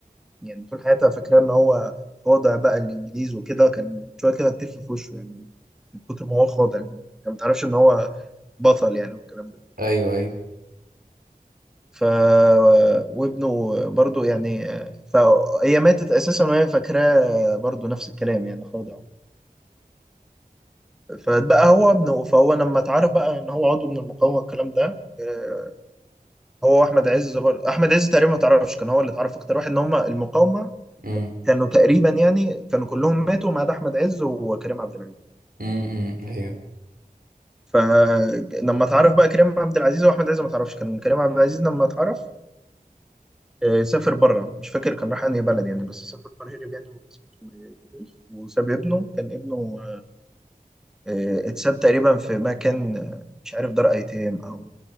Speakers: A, in the centre; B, on the right.
A: يعني طول حياتها فاكره ان هو خاضع بقى الانجليز وكده كان شويه كده هتف في وشه يعني من كتر ما هو خاضع يعني ما تعرفش ان هو بطل يعني والكلام ده
B: ايوه ايوه
A: ف وابنه برضو يعني فهي ماتت اساسا وهي فاكراه برضو نفس الكلام يعني خاضع فبقى هو ابنه فهو لما اتعرف بقى ان هو عضو من المقاومه والكلام ده آه، هو احمد عز برضه احمد عز تقريبا ما تعرفش كان هو اللي اتعرف اكتر واحد ان هم المقاومه
B: امم
A: كانوا تقريبا يعني كانوا كلهم ماتوا ما عدا احمد عز وكريم عبد العزيز
B: امم إمم. ايوه
A: فلما اتعرف بقى كريم عبد العزيز واحمد عز ما تعرفش كان كريم عبد العزيز لما اتعرف آه، سافر بره مش فاكر كان راح انهي بلد يعني بس سافر بره هرب يعني من مصر وما جاش. وساب ابنه كان ابنه آه، اتساب تقريبا في مكان آه، مش عارف دار ايتام او